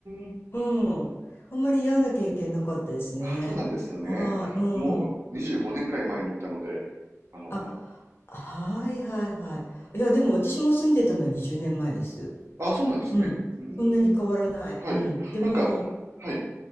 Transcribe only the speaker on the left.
うん。あんまり嫌な経験なかったですね。
はい、うん。
あ、はいはいはい。いや、でも私も住んでたのは20年前です。
うん。
そんなに変わらない。
うん。でも、